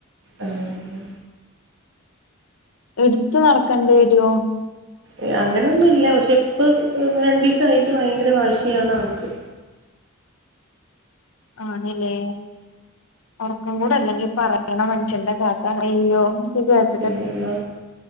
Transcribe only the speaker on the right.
ആഹ്
ഏ അങ്ങനൊന്നും ഇല്ല പക്ഷെ ഇപ്പം ഒന്ന് രണ്ടീസായിട്ട് ഭയങ്കര വാശിയാണ് ആൾക്ക്
പിന്നെന്താ